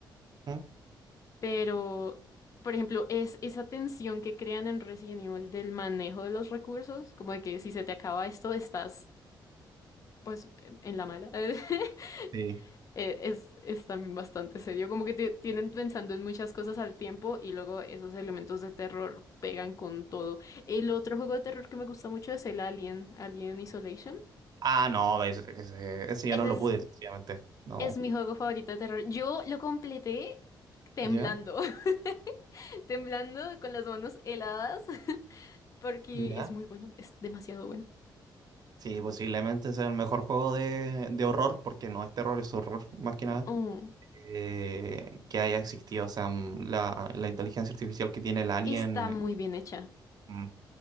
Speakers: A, on the right (about 50°); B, on the left (about 40°).
A: ¿Mm?
B: Pero, por ejemplo, es esa tensión que crean en Resident Evil del manejo de los recursos, como de que si se te acaba esto, estás pues en la mala. <laughs>
A: Sí.
B: Eh, Es, es también bastante serio, como que te tienen pensando en muchas cosas al tiempo y luego esos elementos de terror pegan con todo. El otro juego de terror que me gusta mucho es el Alien, Alien Isolation.
A: Ah, no, ese, ese- ese yo
B: Ese
A: no lo
B: es,
A: pude, sencillamente. No.
B: es mi juego favorito de terror. Yo lo completé temblando,
A: ¿Ya?
B: <laughs> temblando con las manos heladas porque
A: ¿Ya?
B: es muy bueno, es demasiado bueno.
A: Sí, posiblemente sea el mejor juego de, de horror, porque no es terror, es horror, más que nada,
B: Mm,
A: eh, que haya existido. O sea, mm, la, la inteligencia artificial que tiene el alien.
B: está muy bien hecha.
A: mm,